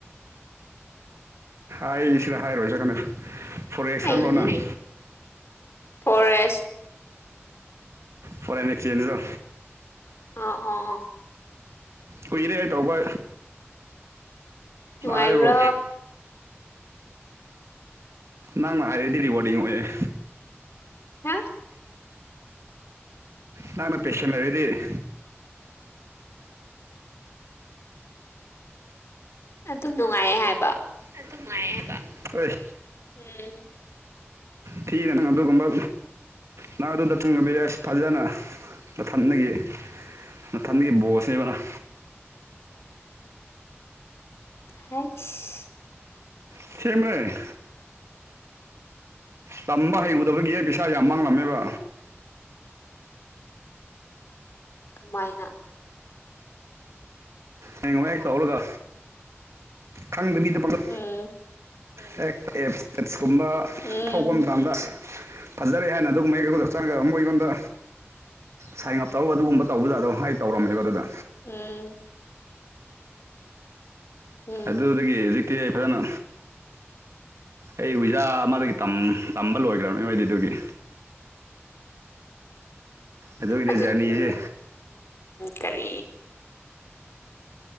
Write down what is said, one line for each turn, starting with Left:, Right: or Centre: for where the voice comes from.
Right: ꯑꯩ ꯁꯤꯗ ꯍꯥꯏꯔꯣꯏꯖꯔ ꯀꯥꯟꯗ ꯐꯣꯔ ꯑꯦꯛꯖꯥꯝꯄ꯭ꯂꯣꯅꯪ
Left: ꯑꯩ ꯐꯣꯔꯦꯁ
Right: ꯐꯣꯔꯦꯅꯤꯛ ꯆꯦꯟꯖꯗ
Left: ꯑ ꯑꯣ ꯑꯣ
Right: ꯀꯨꯏꯔꯦ ꯍꯥꯏ ꯇꯧꯕ
Left: ꯅꯨꯡꯉꯥꯏꯕ꯭ꯔꯣ
Right: ꯑꯕ ꯅꯪꯅ ꯍꯥꯏꯔꯗꯤ ꯔꯤꯋꯥꯔꯗꯤꯡ ꯑꯣꯏꯌꯦꯦ
Left: ꯍꯥ
Right: ꯅꯍꯪꯅ ꯄꯦꯁꯦꯟ ꯂꯩꯔꯗꯤ
Left: ꯑꯗꯨꯝ ꯅꯨꯡꯉꯥꯏꯌꯦ ꯍꯥꯏꯕ
Right: ꯑꯗꯨꯃꯥꯏꯌꯦ ꯍꯥꯏꯕ ꯑꯣꯏ
Left: ꯑꯦ
Right: ꯊꯤꯗ ꯅꯪ ꯑꯗꯨꯒꯨꯝꯕ ꯅꯪ ꯑꯗꯨꯗ <unintelligible> ꯉꯕꯤ ꯌꯥꯏ ꯐꯖꯅ ꯃꯊꯟꯒꯤ ꯃꯊꯟꯒꯤ ꯕꯣꯁꯅꯦꯕ ꯅꯪ
Left: ꯍꯥꯏꯁ
Right: ꯁꯦꯡꯕꯅꯦ ꯇꯝꯕ ꯍꯩꯔꯨꯗꯕꯒꯤ ꯄꯩꯁꯥ ꯌꯥꯝ ꯃꯥꯡꯂꯝꯃꯦꯕ
Left: ꯀꯃꯥꯥꯏꯅ
Right: ꯍꯌꯦ ꯉꯋꯥꯏꯦꯛ ꯇꯧꯔꯒ ꯈꯪꯗꯕꯤꯗ ꯄꯥꯡꯒ
Left: ꯎꯝ
Right: ꯍꯦꯛ ꯑꯦꯞꯁ ꯇꯦꯞꯁꯀꯨꯝꯕ
Left: ꯎꯝ
Right: ꯐꯧꯕ ꯃꯇꯝꯗꯁ ꯐꯖꯔꯦ ꯍꯥꯏꯅ ꯑꯗꯨꯒꯨꯝꯕꯩꯀꯩꯒꯗ ꯆꯪꯉꯒ ꯑꯃꯨꯛ ꯑꯩꯉꯣꯟꯗ ꯁꯥꯏꯟ ꯑꯞ ꯇꯧꯔꯒ ꯑꯗꯨꯒꯨꯝꯕ ꯇꯧꯕ ꯖꯥꯗꯣ ꯑꯩ ꯇꯧꯔꯝꯃꯦꯕꯣ ꯑꯗꯨꯗ
Left: ꯎꯝ ꯎꯝ
Right: ꯑꯗꯨꯗꯒꯤ ꯍꯧꯖꯤꯛꯇꯤ ꯑꯩ ꯐꯖꯅ ꯑꯩ ꯍꯋꯤꯖꯥ ꯑꯃꯗꯒꯤ ꯇꯝꯕ ꯂꯣꯏꯈ꯭ꯔꯕꯅꯤ ꯃꯩꯗꯤꯗꯨꯒꯤ ꯑꯗꯨꯒꯤꯅꯤ
Left: ꯑꯗꯨ
Right: ꯖꯔꯅꯤꯁꯦ
Left: ꯎ ꯀꯔꯤ